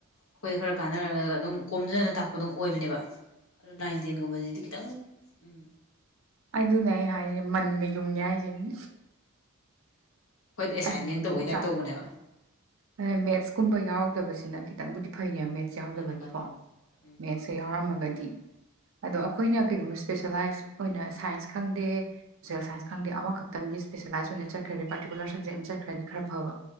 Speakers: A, on the left; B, on the right.
A: ꯑꯩꯈꯣꯏꯗ ꯈꯔ ꯀꯥꯟꯅꯔꯒ ꯑꯗꯨꯝ ꯀꯣꯝꯖꯅ ꯇꯥꯛꯄ ꯈꯨꯗ ꯑꯣꯏꯕꯅꯦꯕ ꯑꯗꯨ ꯅꯥꯏꯟ ꯇꯦꯟꯒꯨꯝꯕꯁꯤꯗꯤ ꯈꯤꯇꯪ ꯎꯝ
B: ꯑꯗꯨꯅꯦ ꯑꯩ ꯍꯥꯏ ꯃꯟꯒ ꯌꯨꯡꯉꯦ ꯍꯥꯏꯁꯦꯅꯦ
A: ꯑꯩꯈꯣꯏꯗ ꯑꯦꯁꯥꯏꯟꯃꯦꯟ
B: ꯇꯟꯕ
A: ꯇꯧꯕꯩ ꯇꯥꯏꯞ
B: ꯆ
A: ꯇꯧꯕꯅꯦꯕ
B: ꯑ ꯃꯦꯠꯁꯀꯨꯝꯕ ꯌꯥꯎꯔꯗꯕꯁꯦ ꯈꯤꯇꯪꯕꯨꯗꯤ ꯐꯩꯅꯦ ꯃꯦꯠꯁ ꯌꯥꯎꯗꯕꯒꯤꯀꯣ
A: ꯃꯥꯅꯦ ꯃꯥꯅꯦ ꯎꯝ
B: ꯃꯦꯠꯁꯁꯦ ꯌꯥꯎꯔꯝꯃꯒꯗꯤ ꯑꯗꯣ ꯑꯩꯈꯣꯏꯅ ꯀꯩꯒꯨꯝꯕ ꯏꯁꯄꯦꯁꯦꯂꯥꯏꯁ ꯑꯣꯏꯅ ꯁꯥꯏꯟꯁ ꯈꯪꯗꯦ ꯁꯣꯁꯦꯜ
A: ꯎꯝ
B: ꯁꯥꯏꯟꯁ ꯈꯪꯗꯦ ꯑꯃꯈꯛ ꯪꯒꯤ ꯏꯁꯄꯦꯁꯦꯂꯥꯏꯖ ꯑꯣꯏꯅ ꯆꯠꯈ꯭ꯔꯦ ꯄꯥꯔꯤꯀꯂꯔ ꯁꯕꯖꯦꯛ ꯑꯃ ꯆꯠꯈ꯭ꯔꯗꯤ ꯈꯔ ꯐꯕ